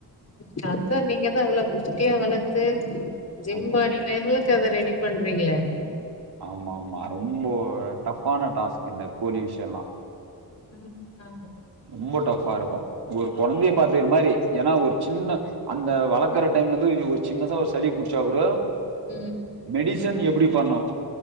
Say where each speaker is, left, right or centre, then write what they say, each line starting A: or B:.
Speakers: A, on the left; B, on the right.
A: சத்தான் நீங்கதா இவ்ளோ குஷ்தியா வளத்து ஜிம்பாடிலேபுல
B: ஆமா
A: க அத ரெடி பண்றீங்ளே
B: ஆமா ஆமா ரொம்பொ டஃபான டாஸ்க் இந்த கோழி விஷயம்லா
A: ம் ஆ
B: ரொம்ப டஃபா இருக்கும் ஒரு கொழந்தைய பாத்துக்கிற மாதிரி ஏன்னா ஒரு சின்ன அந்த வழக்கரட்ட அந்த டைம்ல வந்து யொ ஒரு சின்னதா ஒரு சளி புடிச்சா கூட
A: ம்
B: மெடிசன் எப்படி பண்ணோ